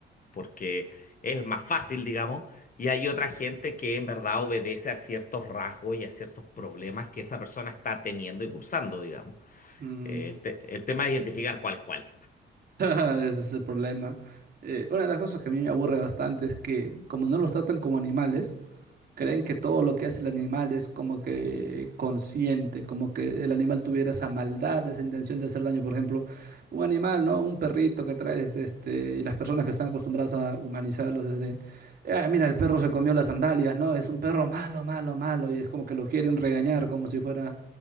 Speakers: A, on the left (about 45°); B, on the right (about 50°).
A: porque es más fácil, digamos, y hay otra gente que en verdad obedece a ciertos rasgos y a ciertos problemas que esa persona está teniendo y cursando, digamos.
B: mm.
A: Eh, El,
B: <laughs>
A: te- el tema es identificar cuál es cuál.
B: Ese es el problema. Eh, una de las cosas que a mí me aburre bastante es que como no los tratan como animales, Creen que todo lo que hace el animal es como que consciente, como que el animal tuviera esa maldad, esa intención de hacer daño. Por ejemplo, un animal, ¿no? Un perrito que traes, este, y las personas que están acostumbradas a humanizarlos es de, ah, mira, el perro se comió las sandalias, ¿no? Es un perro malo, malo, malo, y es como que lo quieren regañar como si fuera,